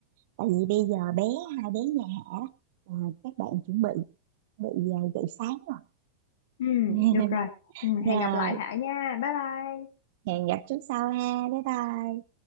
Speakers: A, on the right; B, on the left.
A: Tại vì bây giờ bé hai bé nhà Hạ à, các bạn chuẩn bị bị à, dậy sáng rồi.
B: ừ,
A: <laughs>
B: được rồi ừ,
A: Rồi
B: hẹn gặp lại Hạ nha bye bye
A: hẹn gặp chút sau ha. Bye bye.